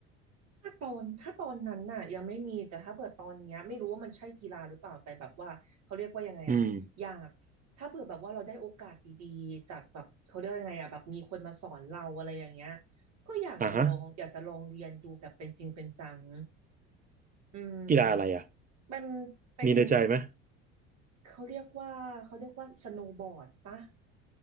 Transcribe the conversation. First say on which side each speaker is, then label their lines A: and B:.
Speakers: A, on the right (about 50°); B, on the right (about 25°).
A: ถ้าตอน ถ้าตอนนั้นน่ะยังไม่มีแต่ถ้าเผื่อตอนเนี้ยไม่รู้ว่ามันใช่กีฬาหรือเปล่าแต่แบบว่าเขาเรียกว่ายังไงอะอยากถ้าเผื่อแบบว่าเราได้โอกาสดีๆจากแบบเขาเรียกว่ายังไงอะแบบมีคนมาสอนเราอะไรอย่างเงี้ย
B: อืม
A: ก็อยากจะลองอยากจะลองเรียนดูแบบเป็นจริงเป็นจัง
B: อ่าฮะ
A: อืมมัน
B: กีฬาอะไรอ่ะ
A: เป็น
B: มีในใจไหม
A: เขาเรียกว่าเขาเรียกว่าสโนว์บอร์ดปะ